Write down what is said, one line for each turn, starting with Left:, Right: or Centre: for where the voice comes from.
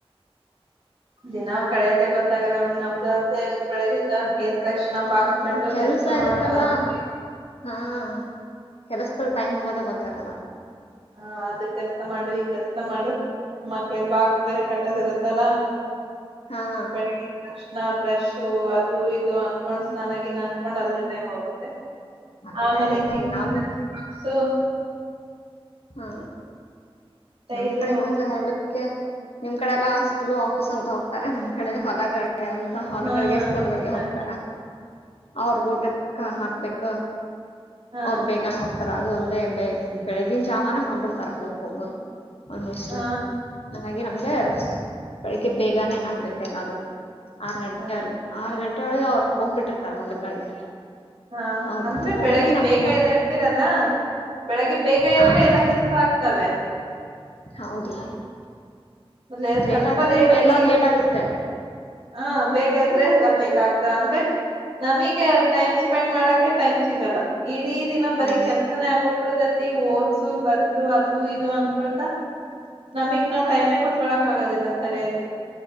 Right: ದಿನ ಕಳೆಯೋದೇ ಗೊತ್ತ. <unintelligible> ನಮ್ದ್ ಅಂಗೇ ಆಗದ್ ಬೆಳ್ಳಗೆ ಎದಾ ಎದ್ ತಕ್ಷಣ ಬಾಕ್ಸ್
Left: ಹಾ
Right: ಕಟ್ಟು
Left: ಕೆಲ್ಸ
Right: ಕೆಲಸ
Left: ಇರುತ್ತಲ್ಲ
Right: ಮಾಡು ಅದ ಮಾಡು.
Left: ಹಾ- ಕೆಲಸದೊಳ್ ಟೈಮ್ ಹೋಗೋದೆ ಗೊತ್ತಾಗಲ್ಲ.
Right: ಹಾ ಅದು ಕೆಲ್ಸ ಮಾಡು ಈ ಕೆಲ್ಸ ಮಾಡು. ಮಕ್ಳಗ್ ಬಾಕ್ಸ್ ಬೇರೆ ಕಟ್ಟದ ಇರುತ್ತಲ್ಲ.
Left: ಹಾ
Right: <unintelligible> ತಕ್ಷಣ ಬ್ರಷು ಅದು ಇದು ಅನ್ಕೊಂಡ್ ಸ್ನಾನ ಗೀನ ಅನ್ಕೊಂಡ್ ಅಲ್ಲೇ ಟೈಮ್ ಹೋಗುತ್ತೆ.
Left: ಅದೇ
Right: ಆಮೇಲೆ
Left: ಟೈಮ್ ಹೋಗೋದು
Right: ತೀ.
Left: ನಮ್
Right: <unintelligible>
Left: ಹಾ
Right: ಡೈಲಿ
Left: ನಮ್ ಕಡೆನು
Right: ಹೋಗ್ತ
Left: ಹಂಗೆ ಹೊಲಕ್ಕೆ ನಿಮ್ ಕಡೆಲ್ಲಾ ಹಾ ಸ್ಕೂಲ್. <unintelligible> ಹೋಗ್ತಾರೆ ನಮ್ಮ್ ಕಡೆ ಹೊಲಗಳಿಗೆ ಎಲ್ಲಾ. ಹೊಲ್ಗಳಿಗ್ಗೆ
Right: ಹಾ
Left: ಸ್ಕೂಲ್ಗಳಿಗೆ
Right: ಹಾ
Left: ಹೋಗ್ತಾರ ಅವ್ರು ಊಟಕ್ಕ ಹಾಕ್ಬೇಕು.
Right: ಹಾ
Left: ಅವ್ರು ಬೇಗಾನಾ ಹೋಗ್ತಾರ ಅದು ಅಲ್ಲದೆೇ ಬೆಳಗಿನ್ ಬೆಳ್ಳಗಿನ ಜಾವಾನ ಹೋಗ್ಬಿಡ್ತಾರ ಹೊಲಕ್ ಹೋಗೋರು. ಆಲ್ಮೋಸ್ಟ್
Right: ಹಾ
Left: ಹಂಗಾಗಿ ನಮ್ಗೆ ಬೆಳಿಗ್ಗೆ ಬೇಗಾನೆ ಆಗ್ಬೇಕೆಲ್ಲಾದು. ಆರ್ ಗಂಟೆ
Right: ಹಾ
Left: ಆರ್ ಆರ್ಗಂಟೆ ಒಳಗೆ ಅವ್ರು ಹೋಗ್ಬಿಟ್ಟಿರ್ತಾರೆ ಹೊಲಗಳಿಗೆ.
Right: ಹಾ
Left: ಅವ್ರದ್ದು
Right: ಅಂದ್ರೆ
Left: ಹೋದ್ರೆ
Right: ಬೆಳಗ್ಗೆ
Left: ನಮ್ಗ್
Right: ಬೇಗ
Left: ಮತ್
Right: ಎದಳ್ತಿರಲ್ಲ ಬೆಳಗ್ಗೆ ಬೇಗ
Left: ಹಾ
Right: ಇದ್ರೆ ಎಲ್ಲಾ ಕೆಲ್ಸ. ಆಕ್ತವೇ.
Left: ಹೌದು.
Right: ವಲೆ
Left: ಲೇಟ್
Right: ಸ್ವಲ್ಪ
Left: ಆಗಿದ್ರೆ
Right: ಲೇಟಗಿ.
Left: ಎಲ್ಲಾದ್ ಲೇಟ್ ಆಗುತ್ತೆ
Right: ಹಾ ಬೇಗೆದ್ರೆ ಎಲ್ಲ ಬೇಗ ಆಗ್ತಾವ ಅಂದ್ರೆ. ನಮಿಗೆ ಟೈಮ್ ಸ್ಪೆಂಡ್ ಮಾಡಕೆ ಟೈಮ್ ಸಿಗಲ್ಲ ಇಡೀ ದಿನ ಬರೀ
Left: ಹೌದು
Right: ಕೆಲ್ಸನೇ ಆಗೋ. ಬುಡತೈತಿ ಓದ್ಸು ಬರ್ಸು ಅದ ಇದು ಅನ್ಕೊಳ್ತಾ ನಮಿಗ್ ನಾವ್ ಟೈಮೇ ಕೊಡ್. ಕೊಳಕ್ ಆಗೋದಿಲ್ಲ ಸರಿಯಾಗಿ.